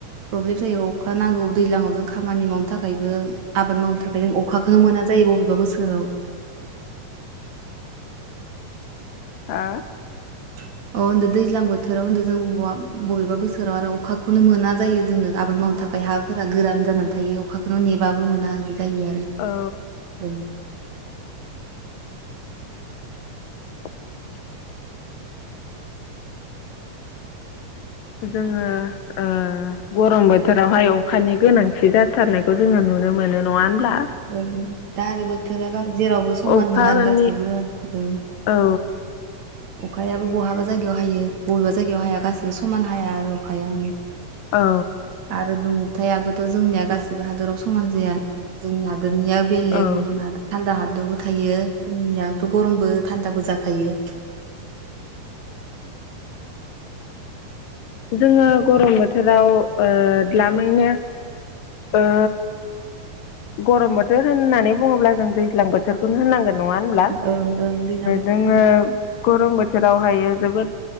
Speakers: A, on the right (about 55°); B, on the left (about 80°).
A: प्रब्लेम जायो अखा नांगौ दैलांआव जों खामानि मावनो थाखायबो आबाद मावनो थाखाय जों अखाखौनो मोना जायो। बबेबा बोसोराव
B: हा।
A: <inaudible> अ होनदों दैज्लां बोथोराव होनदों जों बबेबा बबेबा बोसोराव आरो अखाखौनो मोना जायो जोङो आबाद मावनो थाखाय। ओमफ्राय हाफोरा गोरान जानानै थायो अखाखौनो नेबाबो मोना बिदि जायो आरो
B: औ
A: ओ।
B: <inaudible> जोङो ओ गरम बोथोरावहाय अखानि गोनांथि जा थारनायखौ जोङो नुनो मोनो नङा होनब्ला
A: ओ दा आरो बोथोरा जेरावबो समान
B: अखानि
A: नङा आरो गासिबो ओ
B: औ।
A: अखायाबो बहाबा जायगायाव हायो बबेबा जायगायाव हाया गासिबो समान हाया आरो अखाया।
B: औ।
A: आरो दुंथायाबोथ' जोंनिया गासिबो हादराव समा समान जाया जोंनि हादोरनिया बेलेग
B: औ
A: गुबुन हादर थान्दा हादर बो थायो जोंनियाथ' गरमबो थान्दाबो जाखायो।
B: जोङो गरम बोथोराव ओ द्लामैनो ओ गरम बोथोर होननानै बुङोब्ला जों दैज्लां बोथोरखौनो होननांगोन नङा होमब्ला
A: ओं ओं दैज्लां बोथोर
B: जोङो गरम बोथोरावहायो जोबोद